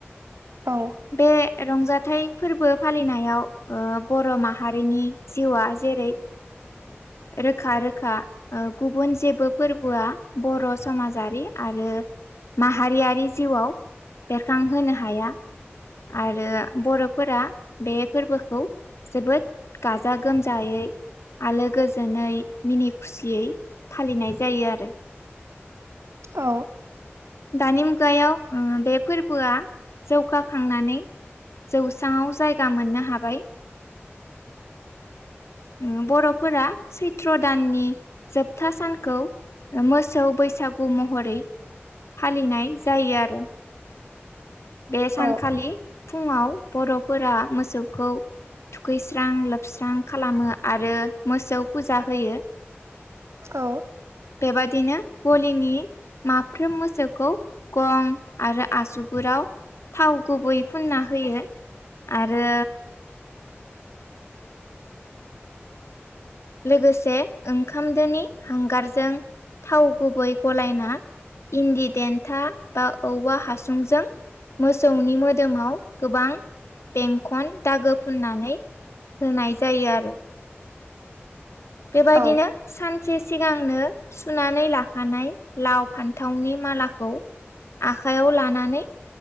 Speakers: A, on the right; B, on the left.
A: औ।
B: बे रंजाथाइ फोरबो फालिनायाव ओ बर' माहारिनि जिउआ जेरै रोखा रोखा ओ गुबुन जेबो फोरबोआ बर' समाजारि आरो माहारियारि जिउआव बेरखांहोनो हाया। आरो बर'फोरा बे फोरबोखौ जोबोद गाजा गोमजायै आलो गोज जोनै मिनि खुसियै फालिनाय जायो आरो।
A: औ।
B: दानि मुगायाव ओ बे फोरबोआ जौगाखांनानै जौसाङाव जायगा मोननो हाबाय। ओम बर'फोरा सैत्र' दाननि जोबथा सानखौ मोसौ बैसागु महरै फालिनाय जायो आरो। बे सानखालि
A: औ
B: फुङाव बर'फोरा मोसौखौ थुखैस्रां लोबस्रां खालामो आरो मोसौ फुजा होयो।
A: औ।
B: बेबादिनो गलिनि माफ्रोम मोसौखौ गं आरो आसुगुराव थाव गुबै फुनना होयो आरो लोगोसे ओंखामदोनि हांगारजों थाव गुबै गलायना इन्दि डेन्था बा औवा हासुंजों मोसौनि मोदोमाव गोबां बेंखन दागो फुननानै होनाय जायो आरो। बेबायदिनो
A: औ
B: सान से सिगांनो सुनानै लाखानाय लाव फान्थावनि मालाखौ आखाइयाव लानानै